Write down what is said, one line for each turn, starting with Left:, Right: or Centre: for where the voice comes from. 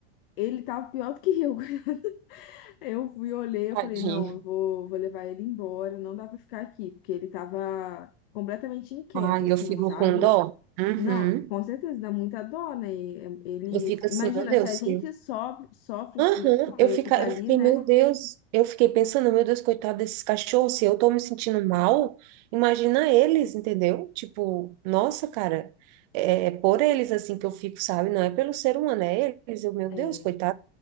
Left: ele tava pior do que eu. <laughs> coitado. Eu fui, olhei,
Right: <laughs>
Left: eu
Right: Tadinho.
Left: falei, não, eu vou, vou levar ele embora, não dá pra ficar aqui, porque ele tava completamente inquieto,
Right: Ai,
Left: assim,
Right: eu fico
Left: sabe?
Right: com dó. Uhum.
Left: Não, com certeza dá muita dó, né? E, é, Eles,
Right: Eu fico assim,
Left: imagina,
Right: meu Deus,
Left: se a gente
Right: se
Left: sofre, sofre
Right: Aham,
Left: que- porque
Right: Eu fica,
Left: fica
Right: eu
Left: ali,
Right: fiquei,
Left: né?
Right: meu Deus, eu fiquei pensando, meu Deus, coitado desses cachorros, se eu tô me sentindo mal, imagina eles, entendeu? Tipo, nossa, cara, é é por eles assim que eu fico, sabe? Não é pelo ser humano, é eles, eu, meu
Left: É,
Right: Deus, coitado,